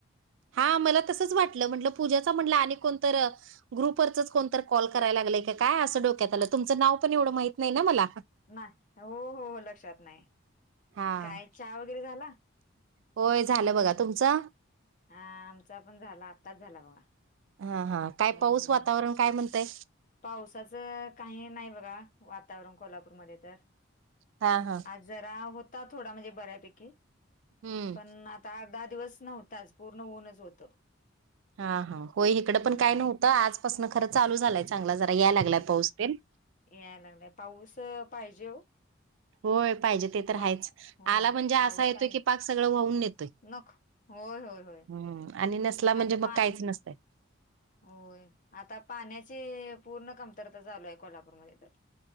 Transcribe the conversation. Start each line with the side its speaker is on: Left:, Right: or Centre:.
Right: हा मला तसंच वाटलं म्हंटलं पूजेचा म्हटलं आणि कोणतर ग्रुप वरचच कोणतर कॉल करायला लागलय काय असं डोक
Left: हा
Right: तुमच नाव पण एवढं माहित नाही ना मला
Left: नाही. हो हो लक्षात नाही.
Right: हा
Left: काय चहा वगैरे झाला?
Right: होय झालं बघा. तुमचा?
Left: हा आमचा पण झाला आत्ताच झाला बघा
Right: हा हा काय
Left: हम्म
Right: पाऊस वातावरण काय म्हणतय?
Left: पावसाचं काही नाही बघा वातावरण कोल्हापूरमध्ये तर
Right: हा हा
Left: जरा होता थोडा म्हणजे बऱ्यापैकी
Right: हम्म
Left: पण आ आठ दहा दिवस नव्हताच पूर्ण ऊनच होतं
Right: हा हा हो इकडं पण
Left: हा
Right: काय नव्हतं आजपासनं खरं चालू झालंय चांगला जरा यायला लागलाय पाऊस तेन
Left: यायला लागला पाऊस पाहिजे हो
Right: होय पाहिजे. ते तर
Left: पाव
Right: हायच
Left: हो
Right: आला म्हणजे असा
Left: पाऊस
Right: येतोय
Left: पाहिजे.
Right: की पाक सगळं वाहून नेत
Left: नख होय होय होय
Right: हम्म आणि नसला म्हणजे
Left: आता
Right: मग
Left: पा
Right: काहीच नसतंय.
Left: होय आता पाण्याची पूर्ण कमतरता झालीय कोल्हापूरमध्ये तर